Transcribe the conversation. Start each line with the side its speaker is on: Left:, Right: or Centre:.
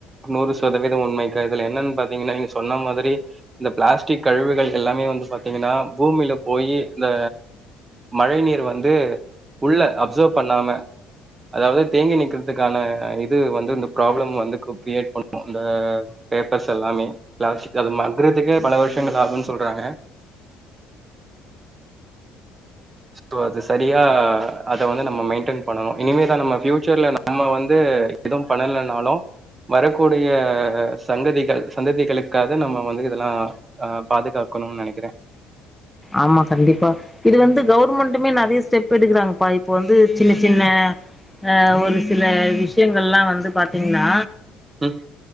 Right: நூறு சதவீதம் உண்மைகா இதுல என்னான்னு பார்த்தீங்கன்னா நீங்க சொன்ன மாதிரி இந்த பிளாஸ்டிக் கழிவுகள் எல்லாமே வந்து பாத்தீங்கன்னா பூமியில போய் இந்த மழை நீர் வந் வந்து உள்ள அப்சர்வ் பண்ணாம அதாவது தே தேங்கி நிக்கறதுக்கான இது வந்து இந்த ப்ராப்ளம் வந்து கிரியேட் பண்ணும் இந்த பேப்பர்ஸ் எல்லாமோ <unintelligible> மங்கறதுக்கே பல வருஷங்கள் ஆகும்ன சொல்றாங்க சோ அது சரியா அத வந்து நம்ம மெயின்டென் பண்ணணும் இனிமேதான் நம்ம ஃபீயூச்சர்ல நம்ம வந்து எதுவும் பண்ணலனாலும் வரக்கூடிய சங்கதிகள் சந்ததிகளுக்காக நம்ம வந்து இதெல்லாம் ஆ பாதுகாக்கணும்னு நினைக்கிறேன்
Centre: ஆமா கண்டிப்பா இது வந்து கவர்மெண்ட்டமே நிறைய ஸ்டெப் எடுக்கறாங்கப்பா இப்ப வந்து சின்ன சின்ன ஆ ஒரு சில விஷயங்கள் எல்லா வந்து பாத்தீங்கன்னா
Right: ம்